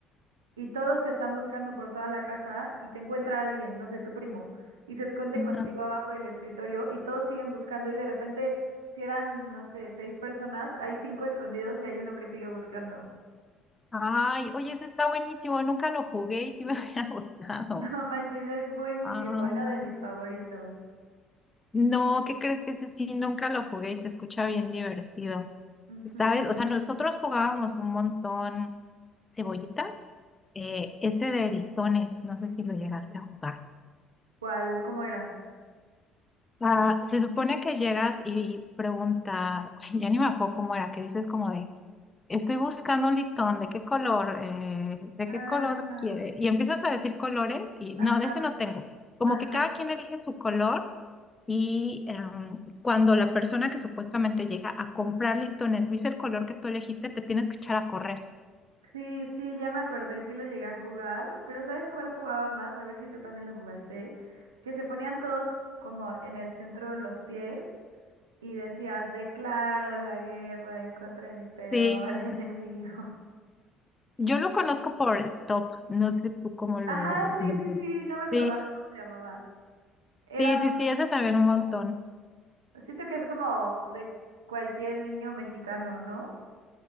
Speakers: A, on the right; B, on the left.
A: y todos te están buscando por toda la casa y te encuentra alguien, no sé, tu primo, y se esconde
B: Ujú.
A: contigo abajo del escritorio y todos siguen buscando y de repente, si eran, no sé, seis personas, hay cinco escondidos y hay uno que sigue buscando. <laughs>
B: Ay, oye, ese está buenísimo, nunca lo jugué y sí me <laughs> hubiera gustado.
A: No manches, es buenísimo,
B: Ah,
A: era de mis favoritos.
B: no, ¿qué crees que ese sí nunca lo jugué y se escucha bien divertido?
A: Ujú.
B: ¿Sabes? O sea, nosotros jugábamos un montón cebollitas, eh, ese de listones, no sé si lo llegaste a jugar.
A: ¿Cuál? ¿Cómo era?
B: Ah, se supone que llegas y preguntas, ay, ya ni me acuerdo cómo era, que dices como de, estoy buscando un listón, ¿de qué color? eh, ¿de
A: Ah,
B: qué color quiere? Y empiezas a decir colores y
A: ajá,
B: no, de ese no tengo. Como
A: ajá.
B: que cada quien elige su color y em, cuando la persona que supuestamente llega a comprar listones dice el color que tú elegiste, te tienes que echar a correr.
A: Sí, sí, ya me acordé, sí lo llegué a jugar, pero ¿sabes cuál jugaba más? A ver si tú también lo jugaste. Que se ponían todos como en el centro de los pies y decías, declaro la guerra en contra de mi peor
B: Sí,
A: <laughs> enemigo.
B: es- yo lo conozco por Stop, no sé tú cómo lo,
A: Ajá, sí,
B: lo...
A: sí,
B: ves.
A: sí, no me acordaba
B: Sí,
A: cómo se llamaba. Era
B: sí, sí, sí, ese también
A: bueno.
B: un montón.
A: Siento que es como de cualquier niño mexicano, ¿no?